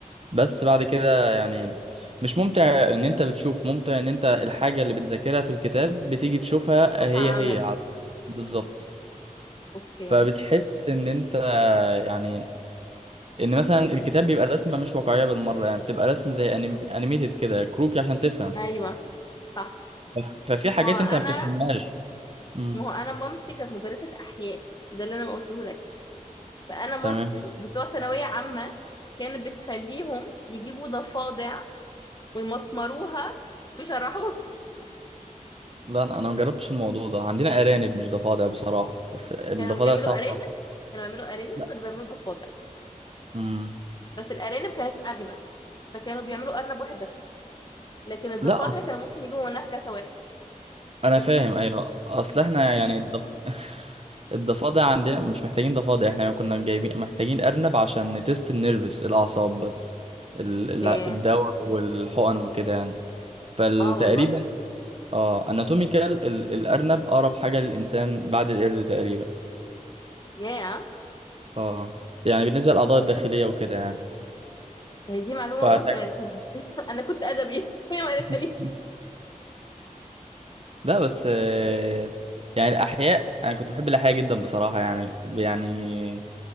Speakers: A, on the right; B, on the left.
A: بس بعد كده يعني مش ممتع ان انت بتشوف ممتع ان انت الحاجة اللي بتذاكرها في الكتاب بتيجي تشوفها
B: شوفها
A: هي
B: عمل
A: هي على- بالظبط
B: اوكي
A: فبتحس ان انت يعني ان مثلا الكتاب بيبقى الرسمة مش واقعية بالمرة يعني بتبقى رسم زي انيميتد كده كروكي عشان تفهم
B: ايوه صح
A: ف- ففي حاجات
B: ما هو
A: انت ما
B: انا
A: بتفهمهاش امم
B: ما هو انا مامتي كانت مدرسه احياء ده اللي انا ما قلتهولكش فانا مامتي
A: تمام
B: بتوع ثانويه عامه كانت بتخليهم يجيبوا ضفادع ويمسمروها ويشرحوها
A: لا انا أنا ما جربتش الموضوع ده عندنا ارانب مش ضفادع بصراحة بس الضفادع
B: كانوا بيعملوا
A: صعبة
B: ارانب
A: أوي.
B: كانوا بيعملوا ارانب
A: لا
B: وكانوا بيعملوا ضفادع
A: امم
B: بس الارانب كانت اغلى فكانوا بيعملوا ارنب واحد بس لكن الضفادع
A: لا
B: كانوا ممكن يجيبوا منها كذا واحد
A: انا
B: فكان
A: فاهم ايوه اصل احنا يعني الضف... <laughs> الضفادع عندنا مش محتاجين ضفادع احنا كنا جايبين محتاجين ارنب عشان نتست النيرفس الاعصاب بس ال...
B: اوكي
A: الع- الدواء والحقن وكده يعني
B: <laughs>
A: فتقريبا
B: اه والله
A: اه اناتوميكال ال... الارنب اقرب حاجه للانسان بعد القرد تقريبا
B: يا
A: اه يعني بالنسبه للاعضاء الداخليه وكده يعني
B: هي دي معلومه
A: فعشان
B: مامتي ما قالتهاليش <laughs> انا كنت ادبي بس هي ما قالتهاليش
A: <laughs> لا بس آه، يعني الأحياء أنا كنت بحب الأحياء جدا بصراحة يعني يعني